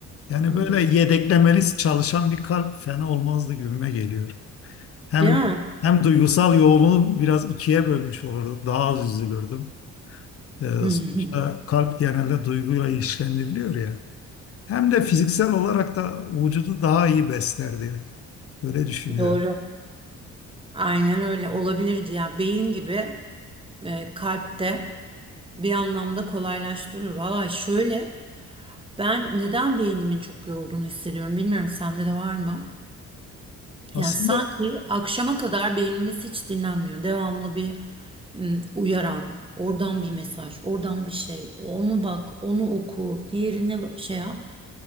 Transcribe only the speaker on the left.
Yani
böyle yedeklemeli çalışan bir kalp fena olmazdı gibime geliyor. Hem
hem duygusal yoğunluğu biraz ikiye bölmüş olurduk, daha az üzülürdüm. E,
sonuçta kalp genelde duyguyla ilişkilendiriliyor ya. Hem de fiziksel olarak da vücudu daha iyi besler diye. Öyle düşünüyorum.
Aslında